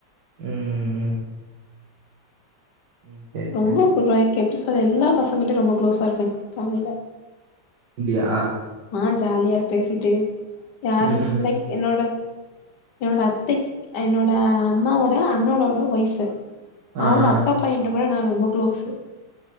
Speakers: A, on the right; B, on the left.
A: ம் ம் ம். ம் சரி
B: ரொம்ப
A: சரி.
B: புடிக்கு எனக்கு எப்டி சொல்றது எல்லா பசங்கள்டையு ரொம்ப குளோசா இருப்பே ஃபேமிலில
A: அப்டியா
B: நா ஜாலியா பேசிட்டு யாரும்
A: ம் ம் ம்.
B: லைக் என்னோட என்னோட அத்தை என்னோட அம்மாவோட அண்ணனோட ஒய்ஃபு
A: ஆ
B: அவங்க
A: ஆ.
B: அக்கா பையன்ட கூட நா ரொம்ப குளோசு